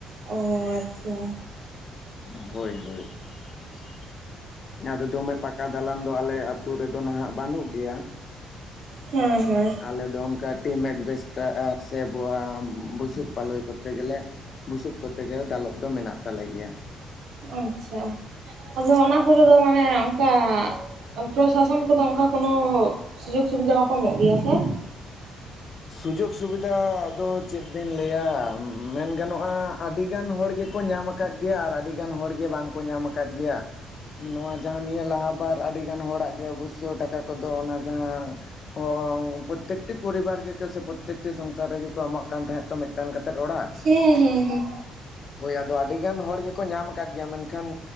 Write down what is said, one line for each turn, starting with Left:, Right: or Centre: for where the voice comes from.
Right: ᱚᱻ ᱟᱪᱪ ᱪᱟ
Left: ᱦᱳᱭ, ᱦᱳᱭ ᱾ ᱟᱫᱚ, ᱫᱚᱢᱮ ᱯᱟᱠᱟ ᱫᱟᱞᱟᱱ ᱫᱚ, ᱟᱞᱮ ᱟᱛᱳ ᱨᱮᱫᱚ ᱱᱷᱟᱜ, ᱵᱟᱹᱱᱩᱜ ᱜᱮᱭᱟ ᱾
Right: ᱦᱮᱸᱼ, ᱦᱚᱸᱭ ᱾
Left: ᱟᱞᱮ ᱫᱚ, ᱚᱱᱠᱟ ᱴᱤᱢᱮᱴ ᱵᱮᱥᱴᱟᱨ ᱥᱮ, ᱟᱵᱚᱟᱸᱝ ᱵᱩᱥᱩᱵ ᱯᱟᱞᱚᱭ ᱠᱚ ᱛᱮᱜᱮ ᱞᱮ, ᱵᱩᱥᱩᱵ ᱠᱚᱛᱮ ᱜᱮ, ᱫᱟᱞᱚᱵ ᱫᱚ, ᱢᱮᱱᱟᱜ ᱛᱟᱞᱮ ᱜᱮᱭᱟ ᱾
Right: ᱟᱪᱪᱷᱟ ᱟᱫᱚ ᱚᱱᱟ ᱠᱚᱨᱮ ᱫᱚ ᱢᱟᱱᱮ ᱚᱱᱠᱟ ᱯᱨᱚᱥᱟᱥᱚᱱ ᱠᱚᱫᱚ ᱚᱱᱠᱟ ᱠᱳᱱᱳ ᱥᱩᱡᱳᱜᱽ ᱥᱩᱵᱤᱫᱷᱟ ᱵᱟᱠᱚ ᱮᱢᱚᱜ ᱜᱮᱭᱟ ᱥᱮ᱾
Left: ᱥᱩᱡᱳᱜᱽ ᱥᱩᱵᱤᱫᱷᱟ ᱫᱚ ᱪᱮᱫ ᱵᱤᱱ ᱞᱟᱹᱭᱟ ᱢᱮᱱ ᱜᱟᱱᱚᱜᱼᱟ ᱟᱹᱰᱤᱜᱟᱱ ᱦᱚᱲ ᱜᱮᱠᱚ ᱧᱟᱢ ᱟᱠᱟᱫ ᱜᱮᱭᱟ ᱟᱨ ᱟᱹᱰᱤᱜᱟᱱ ᱦᱚᱲᱜᱮ ᱵᱟᱝᱠᱚ ᱧᱟᱢ ᱟᱠᱟᱫ ᱜᱮᱭᱟ᱾ ᱱᱚᱣᱟ ᱡᱟᱦᱟᱸ ᱱᱤᱭᱟᱹ ᱞᱟᱦᱟ ᱵᱟᱨ ᱟᱹᱰᱤᱜᱟᱱ ᱦᱚᱲᱟᱜ ᱜᱮ ᱚᱵᱚᱥᱳᱭ ᱴᱟᱠᱟ ᱠᱚᱫᱚ, ᱚᱱᱟ ᱡᱟᱦᱟᱸ ᱚᱻ <unintelligible> ᱯᱨᱚᱛᱛᱮᱠᱴᱤ ᱯᱚᱨᱤᱵᱟᱨ ᱜᱮᱠᱚ ᱥᱮ ᱯᱨᱚᱛᱛᱮᱠᱴᱤ ᱥᱚᱝᱥᱟᱨ ᱨᱮᱜᱮ ᱠᱚ ᱮᱢᱚᱜ ᱠᱟᱱ ᱛᱟᱦᱮᱸᱫ ᱛᱚ ᱢᱤᱫᱴᱟᱝ ᱠᱟᱛᱮᱫ ᱚᱲᱟᱜ᱾
Right: ᱦᱮᱸ ᱦᱩᱸ ᱦᱩᱸ,
Left: ᱦᱳᱭ ᱟᱫᱚ ᱟᱹᱰᱤ ᱜᱟᱱ ᱦᱚᱲ ᱜᱮᱠᱚ ᱧᱟᱢ ᱟᱠᱟᱫ ᱜᱮᱭᱟ, ᱢᱮᱱᱠᱷᱟᱱ